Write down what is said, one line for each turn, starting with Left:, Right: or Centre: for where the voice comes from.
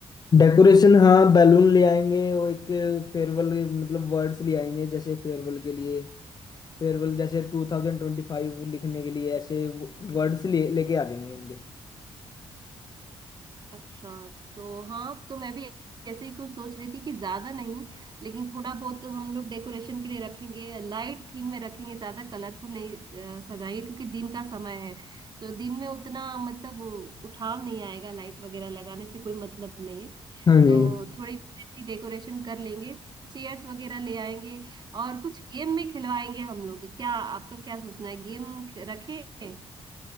Left: डेकोरेशन हाँ बैलून ले आएंगे और एक फेयरवेल मतलब वर्ड्स ले आएंगे जैसे फेयरवेल के लिए फेयरवेल जैसे 2025 लिखने के लिए ऐसे वर्ड्स ले लेके आ जाएंगे उनके
Right: अच्छा तो हाँ तो मैं भी ऐसे ही कुछ सोच रही थी कि ज्यादा नहीं लेकिन थोड़ा बहुत हम लोग डेकोरेशन के लिए रखेंगे लाइट थीम में रखेंगे ज्यादा कलरफुल नहीं अ, सजाएंगे क्योंकि दिन का समय है तो दिन में उतना मतलब वो उठाव नहीं आएगा लाइट वगैरह लगाने से कोई मतलब नहीं है
Left: हाँ जी
Right: तो थोड़ी ऐसी डेकोरेशन कर लेंगे चेयर्स वगैरह ले आएंगे और कुछ गेम में खिलवाएंगे हम लोग क्या आपका क्या सोचना है गेम रखें